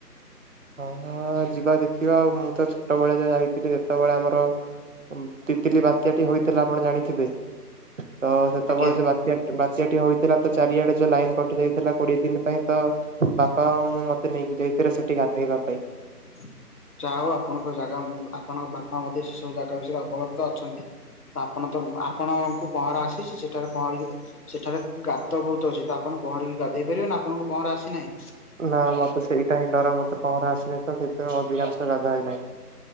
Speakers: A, on the right; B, on the left.
A: ହଁ ଯିବା ଦେଖିବା ଆଉ ମୁଁ ତ ଛୋଟବେଳେ ଯାହା ଯାଇଥିଲି ଯେତେବେଳେ ଆମର ତିତିଲି ବାତ୍ୟାଟି ହୋଇଥିଲା ଆପଣ ଜାଣିଥିବେ। ତ ସେତେବେଳେ
B: ଆଜ୍ଞା।
A: ଯୋ ବାତ୍ୟା ବାତ୍ୟା ଟି ହେଇଥିଲା ତ ଚାରିଆଡେ ଯୋଉ ଲାଇନ୍ କଟି ଯାଇଥିଲା। ଥିଲା କୋଡିଏ ଦିନ ପାଇଁ ତ ବାପା ଆଉ ମୁଁ ମତେ ନେଇକି ଯାଇଥିଲେ ସେଠି ଗାଧେଇବା ପାଇଁ।
B: ହ ଯା ହୋଉ ଆପଣଙ୍କ ଜାଗା ଆପଣଙ୍କ ବାପା ମଧ୍ୟ ସେସବୁ ଜାଗା ବିଷୟରେ ଅବଗତ ଅଛନ୍ତି। ତ ଆପଣ ତ ଆପଣଙ୍କୁ ପହଁରା ଆସୁଚି? ସେଠାରେ ପହଁରିକି ସେଠାରେ ଗାତ ବହୁତ ଅଛି। ତ ଆପଣ ପହଁରିକି ଗାଧେଇ ପାରିବେ ନା ଆପଣଙ୍କୁ ପହଁରା ଆସିନାହିଁ।
A: ନା ମତେ ସେଇଟା ହିଁ ଡର। ମତେ ପହଁରା ଆସେନି ତ ସେଥିପାଇଁ ଅଧିକାଂଶ ଗାଧାଏ ନାହିଁ।